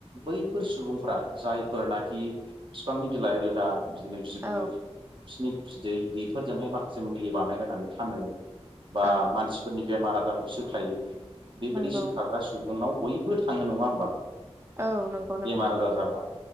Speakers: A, on the right; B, on the right.
A: बैफोर सुबुंफ्रा जायफोरनाखि फिफांनि बिलाइ रोदा बिदिनो बिगुर
B: औ
A: फिसिनि बिदै बेफोरजोंहाय माखासे मुलि बानायबायनानै फाननो बा
B: औ
A: मानसिफोरनि बेमार आजारखौ सोखायो बेबायदि
B: नंगौ
A: सोखा आरो सुबुंनाव बयबो थाङो नङा होमबा?
B: औ नंगौ
A: बेमार
B: नोंथां
A: आजार जाबा